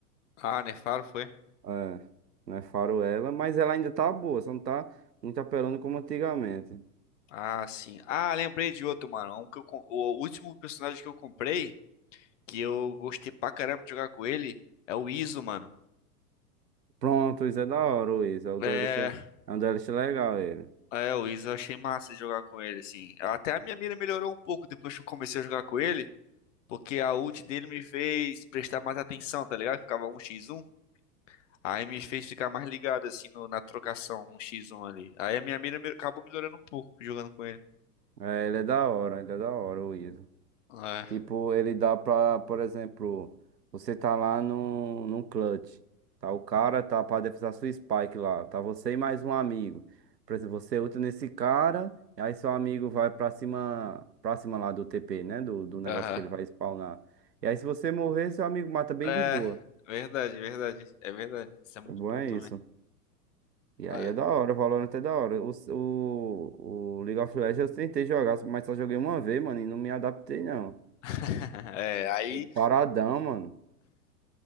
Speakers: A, on the left; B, on the right.
A: Ah, Nefaro foi?
B: É, não é faroela, mas ela ainda tá boa, só não tá muito apelando como antigamente.
A: Ah, sim. Ah, lembrei de outro, mano. Um que eu... com- O último personagem que eu comprei que eu gostei pra caramba de jogar com ele é o Iso, mano.
B: Pronto, isso é da hora, o Isa. O duelista,
A: É,
B: é um duelista legal ele.
A: é, o Iso eu achei massa de jogar com ele, assim. Até a minha mira melhorou um pouco depois que eu comecei a jogar com ele, porque a ult dele me fez prestar mais atenção, tá ligado? Ficava um x 1 Aí me fez ficar mais ligado, assim, no- na trocação um x 1 ali. Aí a minha mira me- acabou melhorando um pouco jogando com ele.
B: É, ele é da hora, ele é da hora, o Isa.
A: É,
B: Tipo, ele dá pra, por exemplo, você tá lá no num clutch. Tá o cara, tá pra defusar sua spike lá. Tá você e mais um amigo. Por exemplo, você ulta nesse cara. E aí seu amigo vai pra cima, pra cima lá do TP, né? Do, do negócio
A: aham.
B: que ele vai spawnar. E aí se você morrer, seu amigo mata bem
A: É,
B: de boa.
A: verdade, verdade. É verdade. Isso é muito
B: O bom
A: bom
B: é
A: também.
B: isso. E
A: É.
B: aí é da hora, o Valorant é da hora. O, o, o League of Legends eu tentei jogar, mas só joguei uma vez, mano, e não me adaptei não.
A: <laughs> É, aí
B: Jogo Paradão, mano.